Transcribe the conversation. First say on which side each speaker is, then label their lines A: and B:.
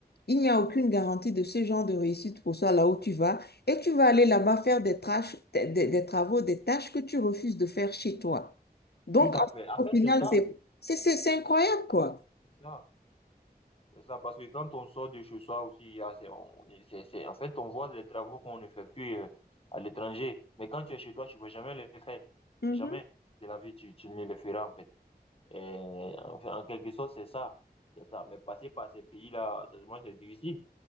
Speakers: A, on the left; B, on the left.
A: Il n'y a aucune garantie de ce genre de réussite pour toi là où tu vas. Et tu vas aller là-bas faire des, tâches- des, des des travaux, des tâches que tu refuses de faire chez toi. Donc,
B: tout à
A: en-
B: fait. En fait,
A: au final,
B: c'est ça.
A: c'est, c'est, c'est c'est incroyable, quoi.
B: C'est ça. C'est ça, parce que quand on sort de chez soi aussi, il y a- c'est, on, on est- c'est, c'est- en fait, on voit les travaux qu'on effectue euh, à l'étranger. Mais quand tu es chez toi, tu ne vas jamais les faire.
A: Mhm.
B: Jamais de la vie, tu, tu ne les feras, en fait. Et, enfin, en quelque sorte, c'est ça. C'est ça. Mais passer par ces pays-là, franchement, c'est difficile.